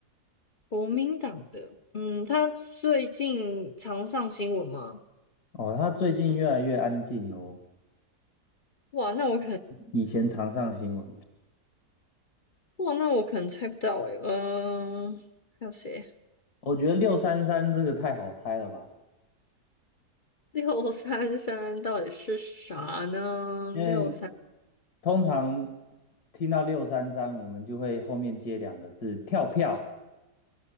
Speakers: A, on the left (about 45°); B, on the left (about 70°).
A: 国民党的，嗯，他最近常上新闻吗？
B: 哦，他最近越来越安静哦，
A: 哇，那我可能，
B: 以前常上新闻，
A: 哇，那我可能猜不到诶、嗯、还有谁？
B: 我觉得六三三这个太好猜了吧，
A: 六三三到底是啥呢？
B: 因为
A: 六三
B: 通常听到六三三，我们就会后面接两个字跳票。